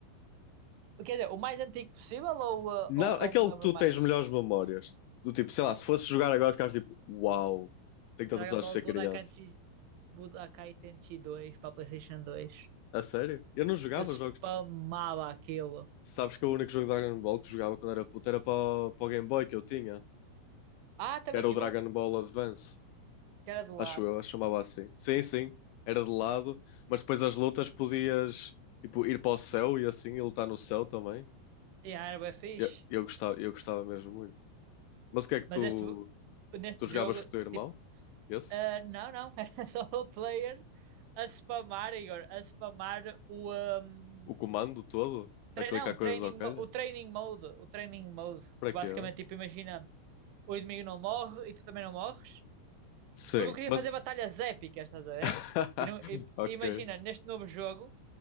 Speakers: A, on the right (about 75°); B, on the left (about 80°).
A: quer dizer, o mais antigo possível ou, uh,
B: Não,
A: ou o
B: aquele
A: que eu me lembro
B: que tu
A: mais?
B: tens melhores memórias. Do tipo, sei lá, se fosse jogar agora, ficavas tipo, uau, tenho tantas
A: Dragon
B: horas
A: Ball
B: de ser
A: Budokai,
B: criança.
A: Tenchi- Budokai Tenchi 2 para PlayStation dois
B: A sério? Eu não jogava
A: Eu spamava
B: jogos.
A: aquilo.
B: Sabes que o único jogo de Dragon Ball que jogava quando era puto era para, o- para o Game Boy que eu tinha.
A: Ah, também
B: que Era
A: tive
B: o Dragon
A: um,
B: Ball Advance.
A: que era de lado.
B: Acho eu, acho que chamava assim. Sim, sim, era de lado, mas depois as lutas podias tipo, ir para o céu e assim, e lutar no céu também.
A: E ah, era bem fixe.
B: Eu, eu gostava, eu gostava mesmo muito. Mas o que é que
A: Mas
B: tu,
A: este, neste
B: tu jogavas
A: jogo,
B: com o teu irmão?
A: tipo,
B: Esse?
A: ah, não, não, <laughs> era só o player a spamar, Igor, a spamar o. hum,
B: O comando todo?
A: tre-
B: A clicar
A: não,
B: coisas
A: training,
B: ao calho?
A: mo- o training mode. O training mode.
B: Para
A: Basicamente,
B: quê?
A: tipo, imagina. o inimigo não morre e tu também não morres.
B: Sim,
A: Porque eu queria
B: mas.
A: fazer batalhas épicas, estás a ver?
B: <laughs>
A: E, não- e-
B: Ok.
A: e imagina, neste novo jogo,